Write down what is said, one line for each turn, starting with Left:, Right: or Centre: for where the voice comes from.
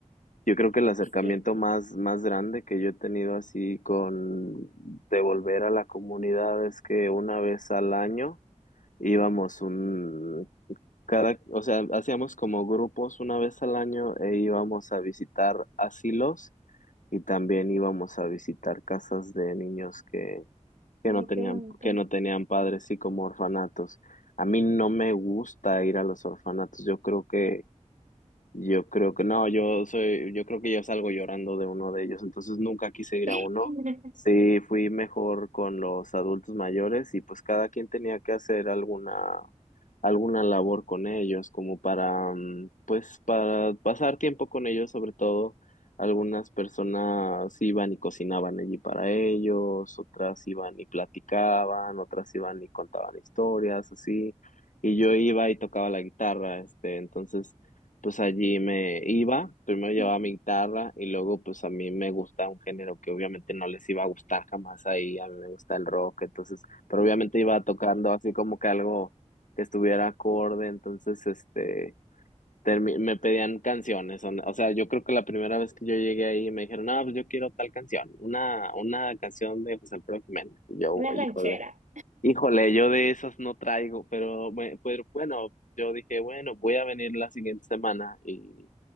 Left: yo creo que el Sí. acercamiento
Right: Sí.
Left: más, más grande que yo he tenido así con devolver a la comunidad es que una vez al año íbamos un, cada, o sea, hacíamos como grupos una vez al año e íbamos a visitar asilos y también íbamos a visitar casas de niños que que
Right: Ay,
Left: no tenían,
Right: qué bonito.
Left: que no tenían padres y como orfanatos. A mí no me gusta ir a los orfanatos. Yo creo que yo creo que no, yo soy, yo creo que yo salgo llorando de uno de ellos, entonces nunca quise ir a uno.
Right: <laughs>
Left: Sí, fui mejor con los adultos mayores y pues cada quien tenía que hacer alguna, alguna labor con ellos, como para, mm, pues para pasar tiempo con ellos, sobre todo algunas personas iban y cocinaban allí para ellos, otras iban y platicaban, otras iban y contaban historias, así. Y yo iba y tocaba la guitarra, este, entonces pues allí me iba, primero llevaba
Right: <laughs>
Left: mi guitarra y luego pues a mí me gusta un género que obviamente no les iba a gustar jamás ahí, a mí me gusta el rock, entonces, pero obviamente iba tocando así como que algo que estuviera acorde, entonces este, termi- me pedían canciones, o o sea, yo creo que la primera vez que yo llegué ahí me dijeron, ah, pues yo quiero tal canción, una, una canción de José Alfredo Jiménez, y yo,
Right: Una
Left: híjole.
Right: ranchera.
Left: Híjole, yo de esas no traigo, pero, bue- pero bueno, yo dije, bueno, voy a venir la siguiente semana y